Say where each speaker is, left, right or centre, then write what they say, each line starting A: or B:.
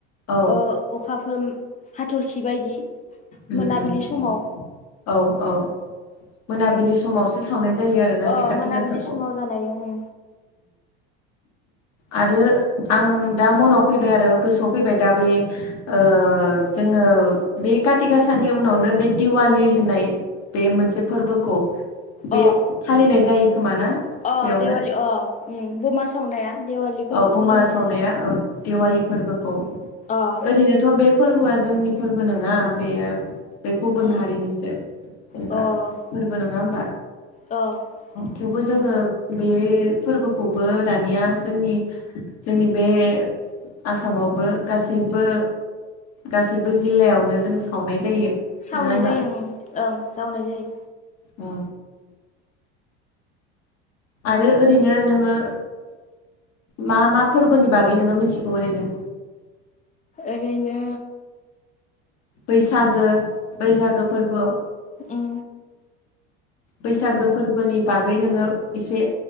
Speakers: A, on the left; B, on the left.
A: औ
B: अखाफोर ओ हाथरखि बायदि।
A: उम
B: मोनाबिलि
A: उम
B: समाव
A: औ औ मोनाबिलि समावसो। सावनाय जायो आरोना
B: अ
A: बे काति
B: मोनाबिलि
A: गासाखौ।
B: समाव जानाय उम
A: आरो आं दा मनाव फैबाय आरो गोसोआव फैबाय दा बे ओ जोङो ओ बे काथि गाासानि उनावनो बे दिवालि होननाय बे मोनसे फोरबोखौ बे
B: अ
A: फालिनाय जायो खोमाना
B: अ
A: बेवहाय
B: देवालि अ उम बमा सावनाया देवालि फोरबो
A: औ बमा
B: फालिनाय
A: सावनाया
B: जायो आरो
A: औ देवालि
B: उम
A: फोरबोखौ
B: अ
A: ओरैनोथ' बे फोरबोआ जोंनि फोरबो नङा बेयो बे गुबुन
B: ओं
A: हारिनिसो जेनेबा
B: अ
A: फोरबो नङा होमबा।
B: अ
A: थेवबो जोङो
B: उम
A: बे फोरबोखौबो दानिया जोंनि जोंनि बे आसामावबो गासैबो गासैबो जिल्लायावनो जोङो सावनाय जायो।
B: सावनाय
A: नङा होनबा
B: जायो ओं ओं सावनाय जायो।
A: अ आरो ओरैनो नोङो। मा मा फोरबोनि बागै नोङो मिथिगौ ओरैनो?
B: ओरैनो
A: बैसागो बैसागो फोरबोआव
B: उम
A: बैसागो फोरबोनि बागै नोङो एसे